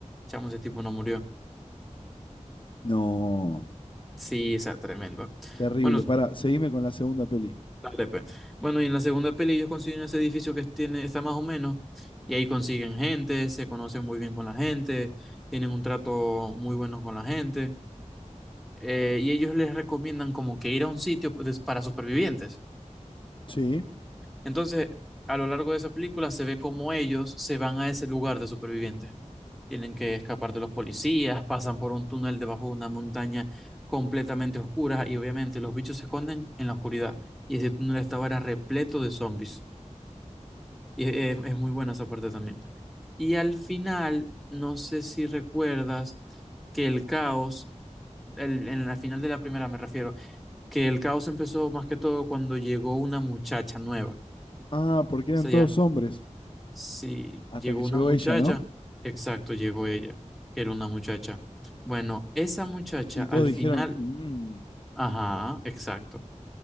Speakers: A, in the centre; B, on the left.
A: Chamo, ese tipo no murió.
B: No,
A: Sí, o sea, tremendo.
B: terrible.
A: Bueno,
B: Para, seguime con la segunda peli.
A: Dale, pues. Bueno, y en la segunda peli ellos consiguen ese edificio que tiene, está más o menos, y ahí consiguen gente, se conocen muy bien con la gente, tienen un trato muy bueno con la gente, eh, y ellos les recomiendan como que ir a un sitio pues, des- para supervivientes.
B: Sí.
A: Entonces, a lo largo de esa película se ve como ellos se van a ese lugar de supervivientes. Tienen que escapar de los policías, pasan por un túnel debajo de una montaña completamente oscura y obviamente los bichos se esconden en la oscuridad. Y ese túnel estaba era repleto de zombies. Y e- es, es muy buena esa parte también. Y al final, no sé si recuerdas que el caos, el, en la final de la primera me refiero, que el caos empezó más que todo cuando llegó una muchacha nueva. O
B: Ah, porque eran
A: sea,
B: todos
A: ya,
B: hombres.
A: sí,
B: Hasta
A: llegó
B: que
A: una
B: llegó
A: muchacha,
B: ella, ¿no?
A: exacto, llegó ella, que era una muchacha. Bueno, esa muchacha
B: Y
A: al
B: todos dijeron,
A: final,
B: mmm,
A: ajá, exacto.